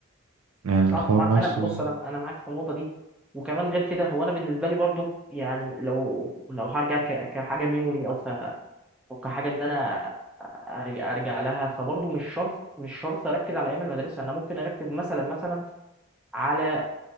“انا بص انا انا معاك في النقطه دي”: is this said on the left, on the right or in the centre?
Centre